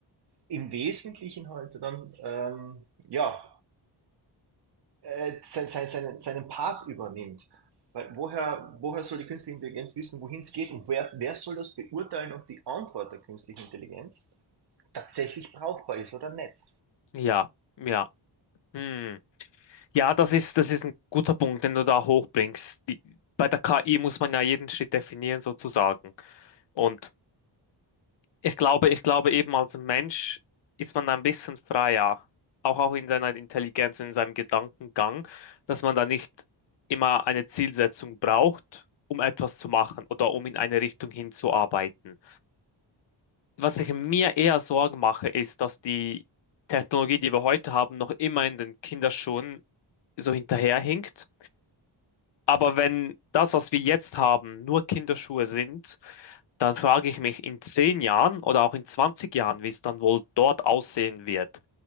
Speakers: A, on the right; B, on the left.
A: im Wesentlichen halt dann, ähm, ja, äh, sein, sein, seinen, seinen Part übernimmt. Weil woher, woher soll die künstliche Intelligenz wissen, wohin es geht und wer, wer soll das beurteilen, ob die Antwort der künstlichen Intelligenz tatsächlich brauchbar ist oder nicht?
B: ja, ja. Hm. Ja, das ist, das ist ein guter Punkt, den du da hochbringst. Die, bei der KI muss man ja jeden Schritt definieren, sozusagen. Und Ich glaube, ich glaube eben als Mensch ist man da ein bisschen freier, auch auch in seiner Intelligenz und in seinem Gedankengang, dass man da nicht immer eine Zielsetzung braucht, um etwas zu machen oder um in eine Richtung hinzuarbeiten. Was ich mir eher Sorgen mache, ist, dass die Technologie, die wir heute haben, noch immer in den Kinderschuhen so hinterherhinkt aber wenn das, was wir jetzt haben, nur Kinderschuhe sind, dann frage ich mich in zehn Jahren oder auch in 20 Jahren, wie es dann wohl dort aussehen wird.